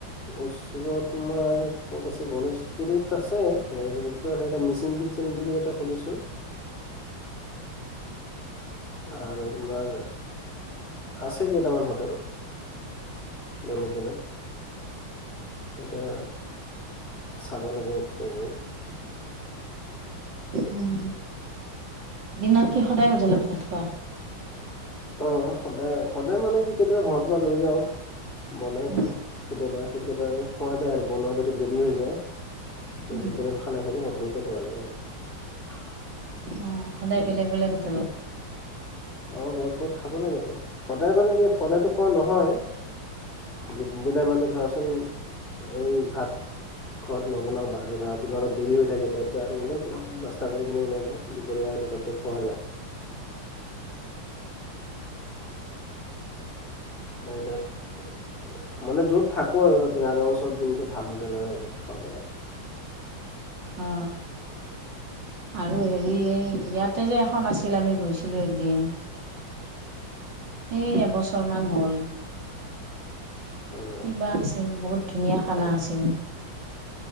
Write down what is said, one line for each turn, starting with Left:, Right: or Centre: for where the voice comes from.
Left: ওচৰত তোমাৰ ক'ত আছে, গণেশগুৰিত আছে, গণেশগুৰিতো আছে, এ মিচিং কিটচেন বুলি এটা শুনিছোঁ। আৰু তোমাৰ আছে কেইটামান হোটেল। বেলেগ, বেলেগ। এতিয়া চাব লাগিব, এতিয়া গৈ।
Right: উম দিনত কি সদায় হোটেলত ভাত খোৱা।
Left: অ', সদায়, সদায় মানে কি কেতিয়াবা ঘৰত যাওঁ লৈ যাওঁ। বনাই
Right: উম
Left: খাম। কেতিয়াবা, কেতিয়াবা আৰু খোৱা যায় আৰু বনোৱা যদি দেৰি হৈ যায়।
Right: উম
Left: দুপৰীয়া খানাখিনি হোটেলতে খোৱা যায় আৰু।
Right: অ সদায় বেলেগ বেলেগ হোটেলত।
Left: অ', ক'ৰবাত, ক'ৰবাত খাব লাগে আৰু সদায় মানে দে, সদাটো খোৱা নহয়। যেতিয়া মানে ধৰাচোন এই ভাত। ঘৰত নবনাওঁ বাহিৰত ৰাতিপুৱা অলপ দেৰি হৈ থাকে। তেতিয়া আৰু ওলাই যায় নাস্তা কৰি কিনে ওলাই যাওঁ দুপৰীয়া। আৰু তাতে খোৱা যায়। তাৰ পিছত। মানে য'ত থাকো আৰু তাতে তাৰে ওচৰত যোনটো ভাল হোটেল হেইটোত খোৱা যায় আৰু।
Right: অ আৰু হেৰি এই ইয়াতে যে এখন আছিল আমি গৈছিলোঁ একদিন। এ এবছৰ মান হ'ল।
Left: আৰু
Right: কি'বা আছিল? বহুত ধুনীয়া খানা আছিল।